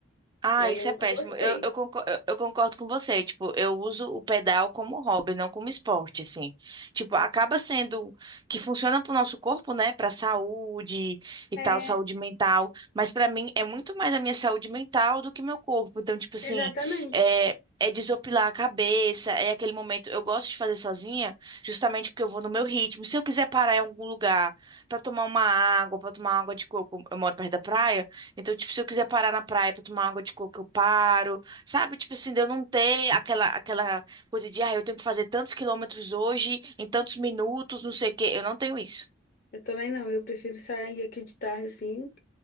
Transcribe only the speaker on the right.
Ah,
isso
é péssimo.
Eu, eu, concor- eu- eu concordo com você. Tipo, eu uso o pedal como hobby, não como esporte, assim. Tipo, acaba sendo que funciona pro nosso corpo, né? Pra saúde e
tal, saúde mental. Mas pra mim é muito mais a minha saúde mental do que meu corpo. Então, tipo assim,
é, é desopilar a cabeça, é aquele momento. Eu gosto de fazer sozinha, justamente porque eu vou no meu ritmo. Se eu quiser parar em algum lugar pra tomar uma água, pra tomar água de coco, eu moro perto da praia. Então, tipo, se eu quiser parar na praia pra tomar água de coco, eu paro. Sabe? Tipo assim, de eu não ter aquela, aquela coisa de, ah, eu tenho que fazer tantos quilômetros hoje, em tantos minutos, não sei o quê. Eu não tenho isso.